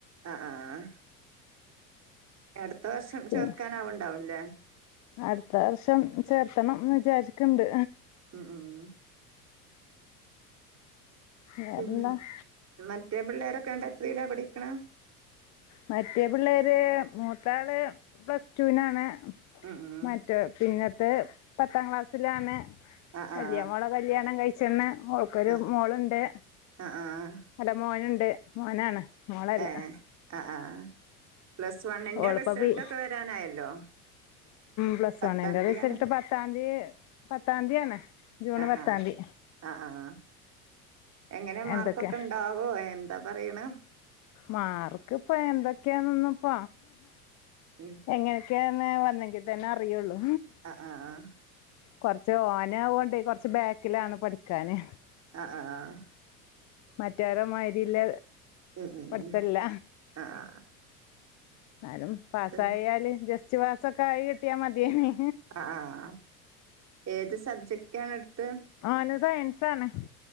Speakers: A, on the right; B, on the left.
A: ആഹ് ആഹ് ആഹ് അടുത്ത വർഷം
B: പി
A: ചേർക്കാൻ ആവണ്ടാവൂല്ലേ.
B: അടുത്ത വർഷം ചേർത്തണംന്ന് വിചാരിക്കണ്ട്.
A: ഉം ഉം
B: വേറെന്താ
A: ഉം മറ്റേ പിള്ളേരൊക്കെ എന്താ എത്രീലാ പഠിക്ക്ണ
B: മറ്റേ പിള്ളേര് മൂത്താള് പ്ലസ് ടൂനാണ്
A: ഉം ഉം
B: മറ്റേ പിന്നത്ത് പത്താം ക്ലാസ്സിലാണ്
A: ആ
B: വല്യ
A: ആ
B: മോളെ കല്യാണം കഴിച്ച്ന്ന് മോൾക്കൊരു
A: ആ
B: മോള്ണ്ട്
A: ആഹ് ആഹ്
B: അല്ല മോന്ണ്ട് മോനാണ് മോളല്ല
A: ഏഹ് ആഹ് ആഹ് പ്ലസ് വണ്ണിന്റെ
B: ഓളിപ്പോ
A: റിസൾട്ടൊക്കെ
B: പി
A: വരാനായല്ലോ
B: പ്ലസ്
A: പത്താം
B: വണിന്റെ
A: തീയതിയാണ്
B: റിസൾട്ട് പത്താന്തി പത്താന്തിയാണ് ജൂൺ
A: ആഹ്
B: പത്താന്തി
A: ആഹ് ആഹ് ആഹ് എങ്ങനെ മാർക്കൊക്കെ
B: എന്തൊക്കെ
A: ഉണ്ടാവോ എന്താ പറയ്ണേ
B: മാർക്ക് ഇപ്പ എന്തൊക്കെയാന്നൊന്നു ഇപ്പ
A: ഉം
B: എങ്ങനെയൊക്കെയന്ന് വന്നെങ്കി തന്നെ അറിയുള്ളൂ
A: ആഹ് ആഹ്
B: കൊറച്ച് ഓനാവോണ്ട് കൊറച്ച് ബാക്കിലാണ് പഠിക്കാന്
A: ആഹ് ആഹ് ആഹ്
B: മറ്റൊരേ മായിരില്ല
A: ഉം ഉം
B: പടിത്തല്ല
A: ഉം ആഹ്
B: ഇന്നാലും പാസായാല്
A: ആഹ്
B: ജസ്റ്റ് പാസ്സൊക്കായി കിട്ടിയാ മതിയേനി
A: ആഹ് ആഹ് ഏത് സബ്ജക്ടാണ് എടുത്തത്
B: ഓന് സയൻസാണ്